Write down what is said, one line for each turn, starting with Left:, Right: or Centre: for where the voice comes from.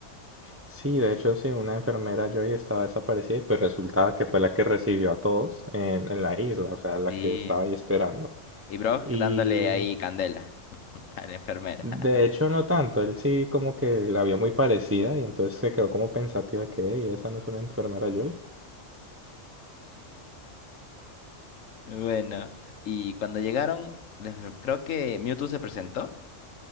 Right: Sí, de hecho, sí, una enfermera Joy estaba desaparecida y pues resultaba que fue la que recibió a todos en, en la isla, o sea, la
Left: Sí.
Right: que estaba ahí esperando.
Left: Y Brock
Right: Y
Left: dándole ahí candela <laughs> a la enfermera.
Right: de
Left: <laughs>
Right: hecho no tanto, él sí como que la vio muy parecida y entonces se quedó como pensativa que, "Ey, esa no es una enfermera Joy.
Left: Bueno, y cuando llegaron, les- creo que Mewtwo se presentó.